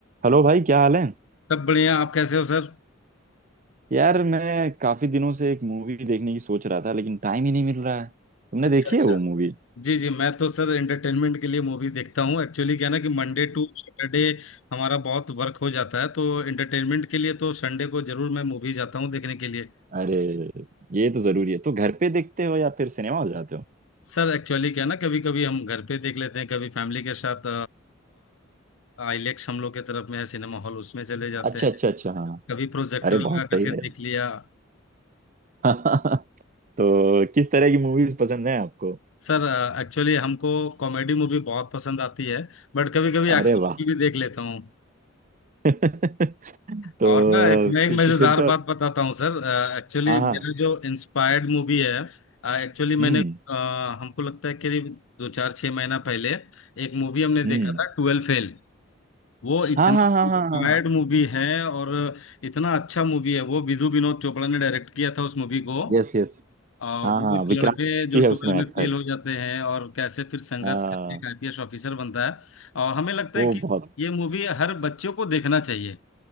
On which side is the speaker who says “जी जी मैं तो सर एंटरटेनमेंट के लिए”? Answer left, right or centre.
Left